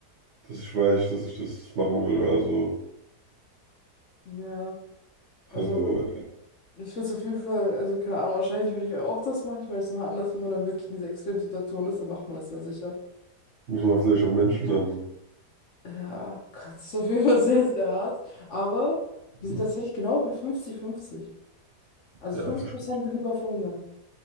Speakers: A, on the right (about 50°); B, on the left (about 55°).
A: dass ich weiß, dass ich das machen würde. Also,
B: Ja, also
A: also
B: Ich würde es auf jeden Fall, also keine Ahnung, wahrscheinlich würde ich auch das machen. Ich meine, das ist nochmal anders, wenn man dann wirklich in dieser Extremsituation ist, dann macht man das ja sicher.
A: muss man vielleicht auch Menschen dann.
B: Ja, Gott, das ist auf jeden Fall sehr, sehr hart. Aber
A: achten.
B: wir sind tatsächlich genau bei 50-50. Also
A: Ja,
B: fünfzig
A: verstehe
B: Prozent will lieber verhungern.